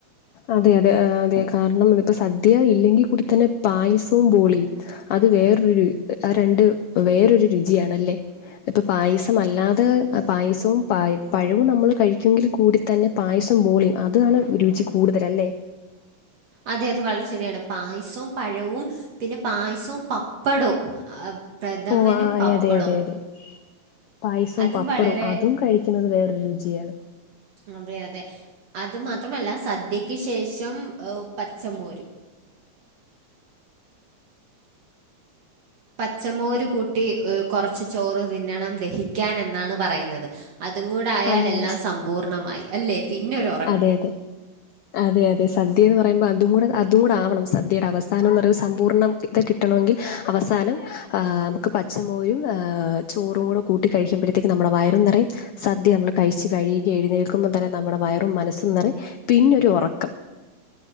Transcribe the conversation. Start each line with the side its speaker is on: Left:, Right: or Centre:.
Left: അതെ അതെ അതെ കാരണം ഇതിപ്പൊ സദ്യ ഇല്ലെങ്കിൽ കൂടി തന്നെ പായസവും ബോളിയും അത് വേറൊരു ആ രണ്ട് വേറൊരു രുചിയാ ണല്ലേ ഇപ്പ പായസംമല്ലാതെ പായസവും പ പഴവും നമ്മൾ കഴിക്കുവെ ങ്കിൽ കൂടി തന്നെ പായസം ബോളിയും.. അതാണ് രുചി കൂടുതൽ അല്ലേ
Right: അതെ അത് വളരെ ശെരിയാണ്.. പായസവും പഴവും പിന്നെ പായസും പപ്പടവും ആ പ്രഥമനും
Left: ഓ ആ
Right: പപ്പടവും
Left: അതെ അതെ അതെ... പായസും
Right: അതും
Left: പപ്പടും
Right: വളരെ
Left: അതും കഴി ക്കുന്നത് വേറൊരു രുചിയാണ്
Right: അതെ അതെ... അത് മാത്രമല്ല സദ്യക്ക് ശേഷം പച്ചമോരും... പച്ചമോര് കൂട്ടി കുറച്ച് ചോറ് തിന്നണം ദഹിക്കാൻ എന്നാണ് പറയുന്നത്.. അതും കൂടെ ആയാൽ
Left: അതെ
Right: എല്ലാം
Left: അതെ
Right: സമ്പൂർണ്ണമായി.. അല്ലേ.. പിന്നൊരു ഉറക്ക്
Left: അതെ അതെ അതെ അതെ സദ്യ എന്ന് പറയുമ്പോ അതും കൂടെ അതും കൂടെ ആവണം... സദ്യയുടെ അവസാനം സമ്പൂർണ്ണ ത കിട്ടണമെങ്കിൽ അവസാനം നമുക്ക്... പച്ചമോരും... ചോറും കൂടെ കൂട്ടി കഴിക്കുമ്പഴത്തേക്ക് നമ്മുടെ വയറും നിറയും.. സദ്യ നമ്മൾ കഴിച്ച് കൈ കഴുകി എഴുന്നേൽക്കുമ്പോൾ തന്നെ നമ്മുടെ വയറും മനസ്സും നിറയും... പിന്നൊരു ഉറക്കം